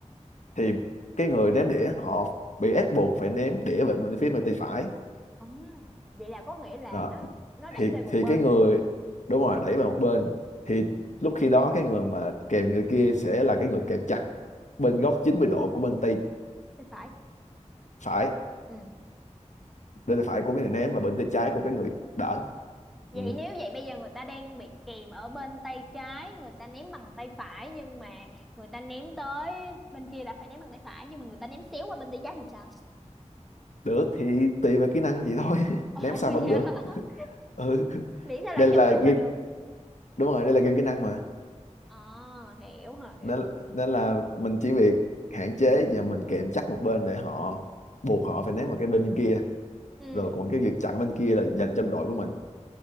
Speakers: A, on the left (about 75°); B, in the centre.
A: thì cái người ném đĩa họ bị ép buộc phải ném đĩa về bên phía bên tay phải
B: À, vậy là có nghĩa là
A: đó
B: nó nó đẩy
A: thì
B: về một
A: thì
B: bên
A: cái người đúng rồi đẩy vào một bên thì lúc khi đó cái người mà kèm người kia sẽ là cái người kèm chặt bên góc 90 độ của bên tay
B: thì phải.
A: phải
B: Ừ.
A: bên tay phải của cái người ném và bên tay trái của cái người đỡ
B: Vậy
A: ừ.
B: nếu vậy bây giờ người ta đang bị kìm ở bên tay trái, người ta ném bằng tay phải nhưng mà người ta ném tới bên kia là phải ném bằng tay phải nhưng mà người ta ném xéo qua bên tay trái thì sao?
A: được thì tùy vào kỹ năng vậy thôi <laughs>
B: Ồ
A: ném sao vẫn
B: dạ.
A: được
B: <laughs>
A: ừ. <laughs>
B: Miễn sao lại
A: đây là
B: chụp được
A: game
B: là được.
A: đúng rồi đây là game kỹ năng mà
B: Ờ hiểu hiểu.
A: nên nên là mình chỉ việc hạn chế và mình kèm chắc một bên để họ buộc họ phải ném vào cái bên bên kia
B: Ừ,
A: rồi còn cái việc chặn bên kia là dành cho đội của mình